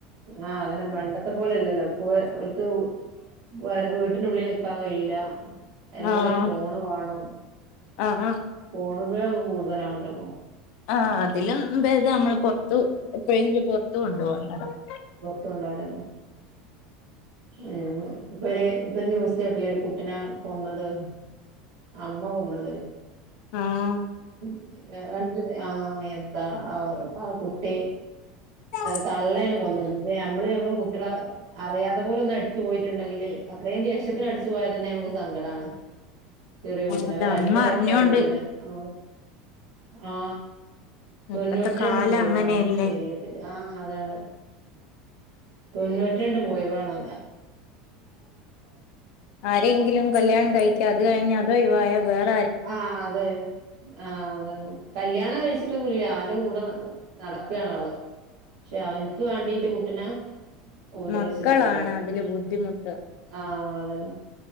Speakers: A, on the right; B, on the left.
A: ആഹ് അതെന്നെ പണ്ടത്തെ പോലെല്ലല്ലോ പോ ഓല്ക്ക് വ നുള്ളിൽ നിക്കാൻ കഴിയില്ല അല്ലെങ്കി
B: ആഹ്
A: പിന്നെ ഫോണ് വാണം
B: ആഹ് ആഹ്
A: ഫോണും ഉപയോഗ കൂടുതലാണല്ലോ പ്പോ
B: ആ അതിലും ഭേദം നമ്മള് പൊർ ത്തു എപ്പോഴെങ്കിലും പൊറത്തു കൊണ്ടോവ <unintelligible>
A: കൊണ്ടാരുന്ന് ഹേ ഇപ്പേ ഇപ്പൊരു ന്യൂസ്‌ കേട്ടില്ലൊരു കുട്ടിനെ കൊന്നത് അമ്മ കൊന്നത്
B: ആഹ്
A: <inaudible> രണ്ട് ആ എന്താ ആ ആ കുട്ടി
B: ആഹ്
A: തള്ളയാണ് കൊന്നത് ഇപ്പ ഞമ്മള് നമ്മള് കുട്ടികളെ അറിയാ അതുപോലെ ഒന്ന് അടിച്ചു പോയിട്ടുണ്ടെങ്കിൽ ഇത്രേ ദേഷ്യത്തിന് അടി ച്ചു പോയാൽ തന്നെ ഞങ്ങക്ക് സങ്കടാണ്. ചെറിയ കുട്ടിനെ
B: അത്
A: രണ്ടു
B: അമ്മ
A: വയസ്സായ
B: അറിഞ്ഞോണ്ട്
A: കുട്ടിനെ ആ ആ തൊണ്ണൂറ്റി
B: ഇപ്പത്തെ കാലം
A: രണ്ട് മുറിവാണ്
B: അങ്ങനെയല്ലേ
A: ശരീരത്തിൽ ആ അതെ അതെ തൊണ്ണൂ രണ്ട്പോ ഒയ്‌വാണ്
B: ആരെങ്കിലും കല്യാണം കഴിക്ക അത് കഴിഞ്ഞ അതു ഒഴിവായ വേർ
A: ആ അതെ ആ അതേ കല്യാണം കഴിച്ചിട്ടൊന്നുല്ല്യാ അവന്റെ കൂടെ നടക്കാണ് അവള് പക്ഷെ അവന്ക്ക്‌ വേണ്ടീട്ട് കുട്ടിന ഉപദ്രവിചിട്ട്
B: മക്കളാണ്
A: കൊന്നത്
B: അതില് ബുദ്ധിമുട്ട്
A: ആ അതന്നെ